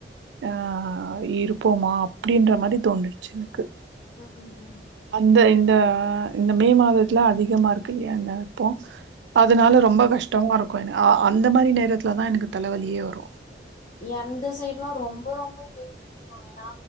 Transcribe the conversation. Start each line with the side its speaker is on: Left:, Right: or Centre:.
Right: ஆ ஆ இருப்போமா அப்டின்ற மாரி தோனிருச்சி எனக்கு
Left: ம்
Right: அந்த இ ந்த இந்த மே மாதத்துல அதிகமாருக் கையால <unintelligible> அதனால ரொம்ப கஷ்டமாருக் <unintelligible> அந்த மாரி நேரத்துல தா எனக்கு தலவலியே வரு
Left: எந்த சைட்லா ரொம்ப ரொம்ப வெயில் <unintelligible>